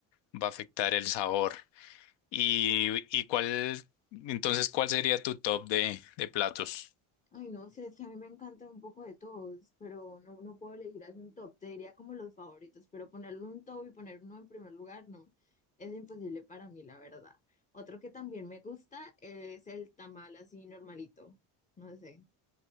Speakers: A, on the left; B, on the left.
A: va a afectar el sabor. ¿Y, y cuál, entonces, cuál sería tu top de, de platos?
B: Ay, no sé, es que a mí me encanta un poco de todos, pero no, no puedo elegir así un top. Te diría como los favoritos, pero ponerle un top y poner uno en primer lugar, no. Es imposible para mí, la verdad. Otro que también me gusta es el tamal así normalito. No sé.